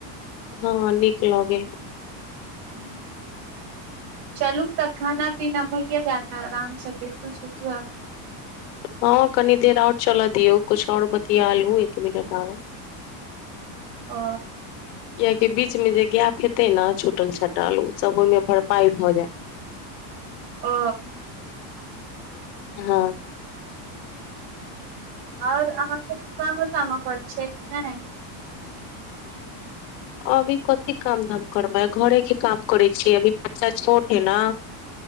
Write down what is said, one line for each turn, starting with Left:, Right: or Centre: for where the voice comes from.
Left: हँ नीक लगे है।
Right: हू चलू तऽ खान पीना भैए जा आराम सँ लेटु सुतु आब।
Left: हँ कनी देर आओर चल दियऔ कुछ आओर बतियालु एक मिनट आरो
Right: ओ
Left: कियाकि बीच में जे गैप हेते ने छूटल छाटल ओ सब ओहिमे भरपाई भ जायत।
Right: ओ।
Left: हँ
Right: आओर अहाँ कछु कामो तामो करै छीये कि नहि।
Left: अभी कथी काम धाम करबै घरे के काम करै छियै अभी बच्चा छोट है न।